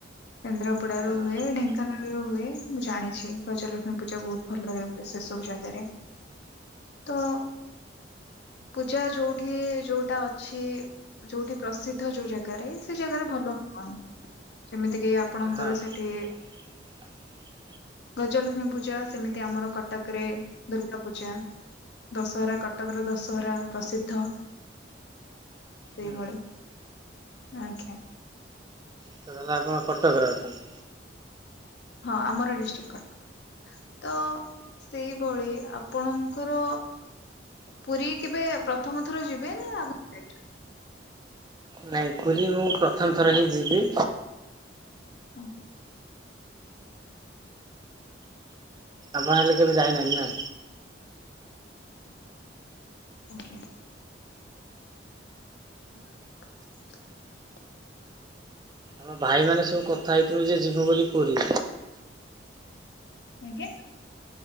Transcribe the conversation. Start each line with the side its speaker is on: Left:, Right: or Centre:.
Left: କେନ୍ଦ୍ରାପଡ଼ାରୁ
Right: ହଁ
Left: ହୁଏ ଢେଙ୍କ କାନାଳରେ ହୁଏ ମୁଁ ଜାଣିଛି ଗଜଲକ୍ଷ୍ମୀ ପୂଜା ବୋହୁତ ଭଲରେ ହୁଏ ସେ ସବୁ ଜାଗାରେ। ତ ପୂଜା ଯୋଉଠି ଯୋଉଟା ଅଛି ଯୋଉଠି ପ୍ରସିଦ୍ଧ ଯୋଉ ଜାଗାରେ ସେ ଜାଗାରେ ଭଲ ହବ ହିଁ ଯେମିତି କି ଆ ପଣଙ୍କର
Right: ହଁ
Left: ସେଠି
Right: <inaudible>
Left: ଗଜଲକ୍ଷ୍ମୀ ପୂଜା ସେମିତି ଆମର କଟକରେ ଦୁର୍ଗା ପୂଜା। ଦଶହରା କଟକର ଦଶହରା ପ୍ରସିଦ୍ଧ। ସେଇଭଳି
Right: ହୁଁ
Left: ଆଜ୍ଞା।
Right: ତ ତାହେଲେ ଆପଣ କଟକରେ ଅଛନ୍ତି?
Left: ହଁ ଆମର ଡିଷ୍ଟ୍ରିକ୍ଟ କଟକ। ତ ସେଇଭଳି ଆପଣଙ୍କର ପୁରୀ କେବେ ପ୍ରଥମ ଥର ଯିବେ ନା ଆଗରୁ ଯାଇଛନ୍ତି?
Right: ନାଇଁ ପୁରୀ ମୁଁ ପ୍ରଥମ ଥର ହିଁ ଯିବି।
Left: ହୁଁ।
Right: ଆପଣ ହେଲେ କେବେ ଯାଇନାହାନ୍ତି ନାଁ?
Left: ଅଜ୍ଞା। ହଁ <inaudible>
Right: ଆମ ଭାଇ ମାନେ ସବୁ କଥା ହେଇଥିଲୁ ଯେ ଯିବୁ ବୋଲି ପୁରୀ।
Left: ଆଜ୍ଞା?